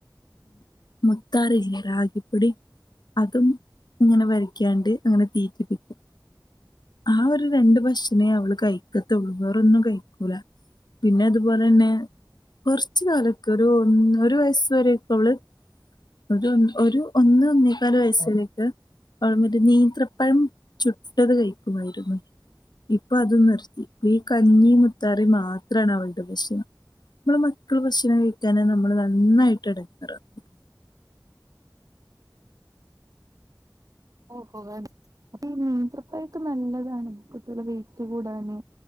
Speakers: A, on the left; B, on the right.
A: മക്കാറില്ലേ റാ ഇപ്പടി അതും ഇങ്ങനെ വരക്ക്യാണ്ട് അങ്ങനെ തീറ്റിപ്പിക്കും ആഹ് ഒരു രണ്ട് ഭക്ഷണേ അവള് കഴിക്കത്തൊള്ളൂ വേറൊന്നും കഴിക്കൂല പിന്നെ അതുപോലെന്നെ കൊർച്ച് കാലക്കൊരു ഒരു വയസു വരെ ക്കവള് ഒര് ഒരു ഒന്ന് ഒന്നേകാല് വയസ്സുവരെക്കെ അവള് മറ്റേ നീന്ത്രപ്പഴം ചുട്ടത് കഴിക്കുമായിരുന്നു ഇപ്പൊ അതും നിർത്തി വീക് കഞ്ഞി മുത്താറി മാ ത്രാണ് അവളുടെ ഭക്ഷണം നമ്മളെ മക്കള് ഭക്ഷണം കഴിക്കാഞ്ഞ നമ്മള് നന്നായിട്ട് എടങ്ങേറാവും
B: ഓഹോ അപ്പ ഈ നീന്ത്രപ്പഴൊക്കെ നല്ലതാണ് കുട്ടികൾടെ വെയിറ്റ് കൂടാന്